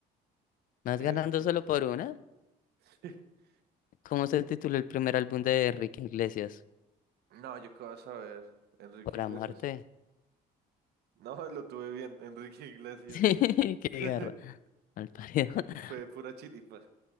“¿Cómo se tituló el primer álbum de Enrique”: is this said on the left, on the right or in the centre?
Left